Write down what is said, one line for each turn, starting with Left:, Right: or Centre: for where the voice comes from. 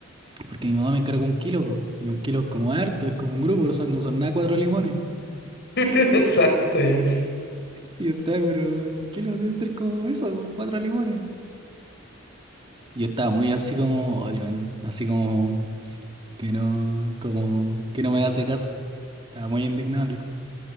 Right: porque mi mamá me encargó un kilo, po, y un kilo es como harto, es como un grupo, no son, no son nada cuatro limones.
Left: <laughs> Exacto, ya.
Right: Y yo estaba, pero un kilo debe ser como eso, como cuatro limones. Y yo estaba muy así como, "Oye, man", así como que no, como que no me hace caso. Estaba muy indignado, Alex.